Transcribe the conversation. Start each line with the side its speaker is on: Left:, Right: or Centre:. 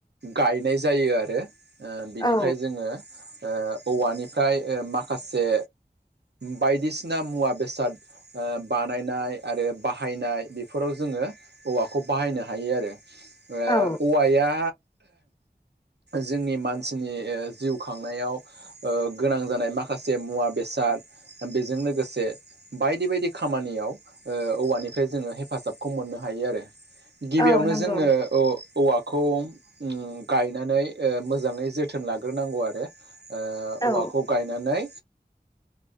Right: गायनाय जायो आरो। ओ बिनिफ्राय
Left: औ
Right: जोङो ओ औवानिफ्राय ओ माखासे बायदिसिना मुवा बेसाद ओ बानायनाय आरो बाहायनाय बेफोराव जों ङो औवाखौ बाहायनो हायो आरो। ओ
Left: औ
Right: औवाया जोंनि मानसिनि जिउ खांनायाव ओ गोनां जानाय माखासे मुवा बेसाद। बेजों लोगोसे बायदि बायदि खामानियाव ओ औवानिफ्राय जोङो हेफाजाबखौ मोननो हायो आरो गिबियावनो
Left: औ नंगौ
Right: जोङो औवाखौ उम गायनानै ओ मोजाङै जोथोन लाग्रोनांगौ आरो ओ औवाखौ
Left: औ
Right: गायनानै